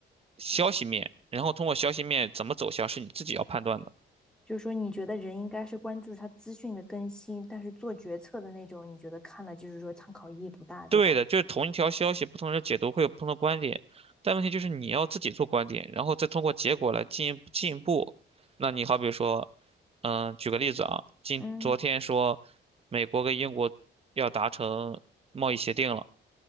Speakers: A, on the right; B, in the centre.
A: 消息面，然后通过消息面怎么走向是你自己要判断的。
B: 就是说，你觉得人应该是关注他资讯的更新，但是做决策的那种，你觉得看了就是说参考意义不大，对吧？
A: 对的，就是同一条消息，不同人解读会有不同的观点，但问题就是你要自己做观点，然后再通过结果来进一步进一步。那你好比说，嗯，举个例子啊，今昨天说美国跟英国要达成贸易协定了。
B: 嗯，